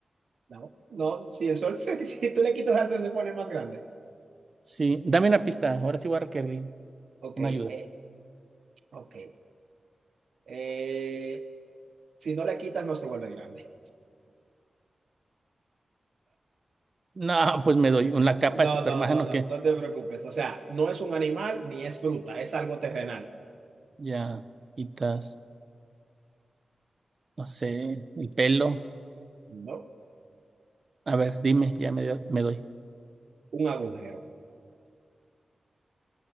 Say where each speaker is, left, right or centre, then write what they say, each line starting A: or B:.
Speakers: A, on the right; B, on the right.
A: No, no, si el sol, se- <laughs> si tú le quitas al sol, se pone más grande.
B: Sí, dame una pista. Ahora sí voy a requerir
A: Ok,
B: una
A: eh,
B: ayuda.
A: ok. Eh, si no le quitas, no se vuelve grande.
B: No, pues me doy una capa de
A: No,
B: Superman
A: no, no,
B: o
A: no,
B: qué.
A: no te preocupes. O sea, no es un animal ni es fruta, es algo terrenal.
B: Ya quitas, no sé, el pelo.
A: No,
B: A ver, dime, ya me, dio- me doy.
A: un agujero.